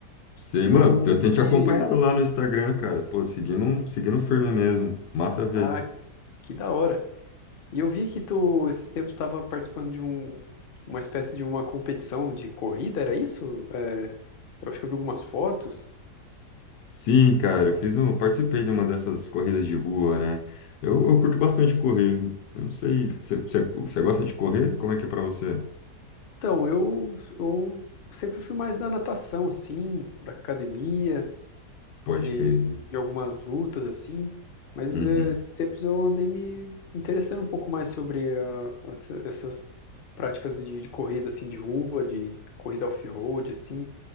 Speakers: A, on the left (about 85°); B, on the left (about 60°).
A: Sei,
B: E
A: mano,
B: eu
A: eu
B: vi
A: tenho
B: que...
A: te acompanhado lá no Instagram, cara. Pô, seguindo, um, seguindo firme mesmo. Massa ver.
B: Ah, que da hora! E eu vi que tu, esses tempos, estava participando de um, uma espécie de uma competição de corrida, era isso? É, Eu acho que eu vi algumas fotos.
A: Sim, cara, eu fiz um, eu participei de uma dessas corridas de rua, né? Eu, eu curto bastante correr. Eu não sei, você você- você gosta de correr? Como é que é pra você?
B: Então, eu, eu sempre fui mais da natação, assim, da academia,
A: Pode
B: de,
A: crer.
B: de algumas lutas, assim, mas
A: Uhum,
B: eh, esses tempos eu andei me interessando um pouco mais sobre ah, essa- essas práticas de, de corrida, assim, de rua, de corrida off-road, assim.